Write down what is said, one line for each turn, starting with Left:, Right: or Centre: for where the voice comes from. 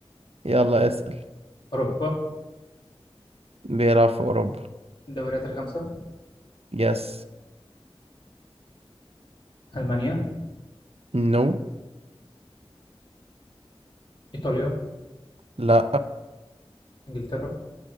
Right: يلا اسأل
Left: أوروبا
Right: بيلعب في اوروبا
Left: الدوريات الخمسة
Right: يس
Left: ألمانيا
Right: نو
Left: إيطاليا
Right: لا
Left: إنجلترا